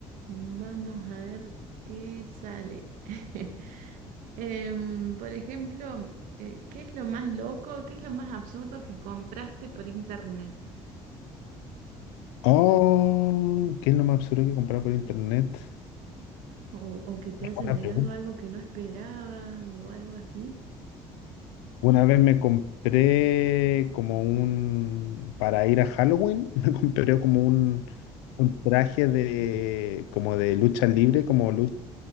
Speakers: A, on the right; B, on the left.
A: Vamos a ver qué sale. <laughs> Em, por ejemplo, eh, ¿qué es lo más loco, qué es lo más absurdo que compraste por internet?
B: Oh, ¿qué es lo más absurdo que he comprado por internet?
A: O, o que te haya
B: Buena
A: llegado
B: pregunta.
A: algo que no esperabas o algo así,
B: Una vez me compré como un, para ir a Halloween, <laughs> me compré como un, un traje de, como de lucha libre, como lu-